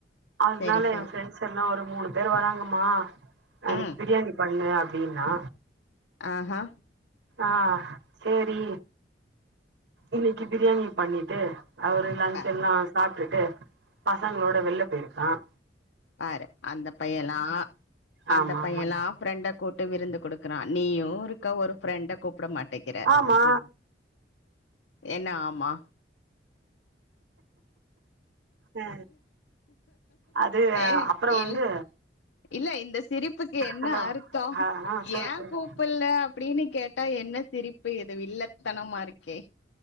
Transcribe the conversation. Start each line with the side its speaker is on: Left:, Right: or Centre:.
Right: அதனால
Left: சரி சரி
Right: என் ஃப்ரெண்ட்ஸ் எல்லாம் ஒரு மூணு பேர் வராங்கமா எனக்கு
Left: ம்
Right: பிரியாணி பண்ணு அப் டின்னா
Left: ஆஹா
Right: ஆ சரி இன்னைக்கு பிரியாணி பண்ணிட்டு அவரு லஞ்ச்
Left: பா
Right: எல்லாம் சாப்ட்டுட்டு பசங்களோட வெளில போயிருக்கான்
Left: பாரு அந்த பையல்லாம் அந்த
Right: ஆமா
Left: பையல்லாம்
Right: ஆமா
Left: ஃப்ரெண்ட கூட்டு விருந்து குடுக்குறான் நீயும் இருக்க ஒரு ஃப்ரெண்ட கூப்பிட மாட்டேக்கிற
Right: ஆமா
Left: ம் என்ன ஆமா
Right: அ அது
Left: ஏ
Right: அப்புறோ
Left: இல்ல
Right: வந்து
Left: இல்ல இந்த சிரிப்புக்கு என்ன
Right: ஹலோ
Left: அர்த்தம்
Right: ஆ ஆ சொல்லு
Left: ஏன்
Right: சொல்லு
Left: கூப் புல்ல அப்படின்னு கேட்டா என்ன சிரிப்பு இது வில்லத்தனமா இருக்கே